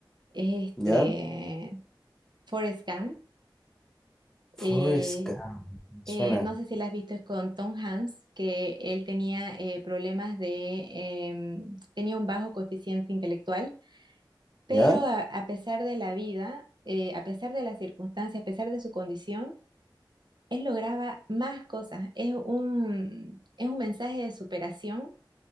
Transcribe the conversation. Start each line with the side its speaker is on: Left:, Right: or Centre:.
Right: es este
Centre: ¿ya?
Right: Forrest Gump. eh,
Centre: Forrest Gump, suena,
Right: eh, no sé si la has visto, es con Tom Hanks, que él tenía eh, problemas de, em, tenía un bajo coeficiente intelectual, pero
Centre: ¿ya?
Right: a, a pesar de la vida, eh, a pesar de las circunstancias, a pesar de su condición, él lograba más cosas. Es un, es un mensaje de superación